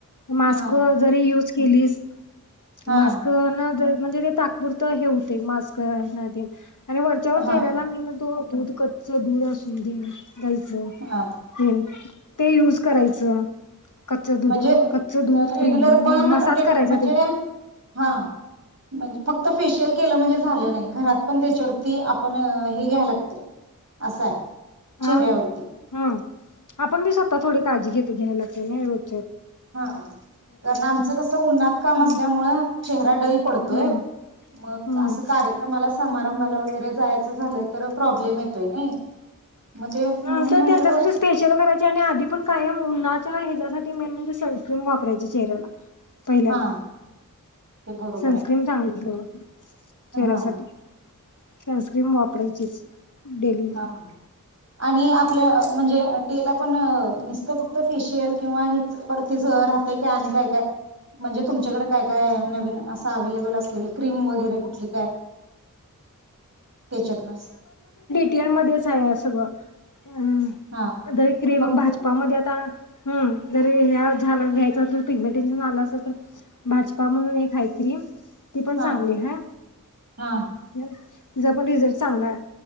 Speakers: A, on the left; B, on the right.
A: मास्क
B: हा
A: जरी युज केलीस
B: हा
A: मास्क ना द म्हणजे ते तात्पूर्त हे होतंय मास <unintelligible> आणि वरच्यावर चेहऱ्याला
B: हा
A: मी म तो दुध कच्च दुध असू दे. <unintelligible> च
B: हा
A: हम्म. ते युज करायचं कच्च दूध
B: म्हणजे
A: कच्च दूध <unintelligible>
B: रेग्युलर पण
A: मसाज
B: टेट
A: करायचा
B: म्हणजे
A: त्याने.
B: हा म्हणजे फक्त फेशियल केलं म्हणजे झालं नाही घरात पण त्याच्यावरती आपण हे घ्याय लागत अस ये. चेहऱ्यावरती.
A: हा हम्म आपण मी स्वत थोडी काळी घेते घयला जे <unintelligible>
B: हा कारण आमचं कस उनत काम
A: हम्म
B: असल्यामुळे चेहरा डैल पडतोय
A: हम्म
B: मग
A: हम्म
B: अस कार्यक्रमला समा समारंभाला वगैरे जायचं झालं तर प्रॉब्लेम येतोय नाही. मग ते म्हणून
A: हा तू
B: म्हणलं
A: त्याच्यासाठी स्पेशल करायचे आणि आधी पण कायन ऊनात च ह्याच्यासाठी मेन म्हणजे सनस्क्रीम वापरायची चेहऱ्याला. पहिल्यांदा
B: हा ते बरोबर
A: सनस्क्रीन
B: आहे
A: सागितलो. चेहऱ्यासाठी
B: हा.
A: सनस्क्रीम वापरायचीस. डली
B: हा आणि आप आपल म्हणजे <unintelligible> आपण निस्त फ फेशियल किंवा हेच बर तीज राहतय कि आणि काय काय म्हणजे तुमच्याकडे काय काय नवीन असं अवेलेबल अस क्रीम वैरे कुठली काय. तेचेत नस.
A: त्या मध्येच आहे सगळं. ह
B: हा
A: दर क्रीम
B: फक्त
A: भाजपामध्ये आता. हम जर ह झा घ्यायच पिगमे टेनशन आलं अस तर भाजपा म्हणून एक हाय क्रीम ती पण
B: हा
A: चांगली हाय..
B: हा
A: हिजा पण यू चांगला हाय